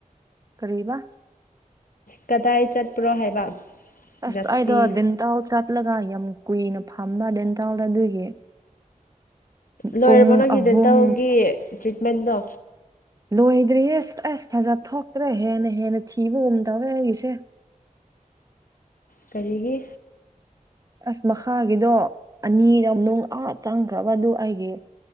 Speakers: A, on the right (about 25°); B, on the left (about 75°).
A: ꯀꯔꯤꯕꯥ
B: ꯀꯗꯥꯏ ꯆꯠꯄ꯭ꯔꯣ ꯍꯥꯏꯕ
A: ꯑꯁ
B: ꯉꯁꯤ
A: ꯑꯩꯗꯣ ꯗꯗꯤꯦꯟꯇꯥꯜ ꯆꯠꯂꯒ ꯌꯥꯝ ꯀꯨꯏꯅ ꯐꯝꯕ ꯗꯗꯤꯦꯟꯇꯥꯜ ꯑꯗꯨꯒꯤ
B: ꯂꯣꯏꯔꯕꯣ
A: ꯄꯨꯡ
B: ꯅꯪ ꯈꯤꯗꯦꯟꯇꯧꯒꯤ
A: ꯑꯍꯨꯝ
B: ꯇ꯭ꯔꯤꯠꯃꯦꯟꯗꯣ
A: ꯂꯣꯏꯗ꯭ꯔꯤꯌꯦ ꯑꯁ ꯑꯁ ꯐꯖ ꯊꯣꯛꯇ꯭ꯔꯦ ꯍꯦꯟꯅ ꯍꯦꯟꯅ ꯊꯤꯕꯒꯨꯝ ꯇꯧꯋꯦ ꯑꯩꯁꯦ
B: ꯀꯔꯤꯒꯤ
A: ꯑꯁ ꯃꯈꯥꯒꯤꯗꯣ ꯑꯅꯤꯔ ꯅꯨꯡ ꯑꯥ ꯆꯪꯈ꯭ꯔꯒꯗꯨ ꯑꯩꯒꯤ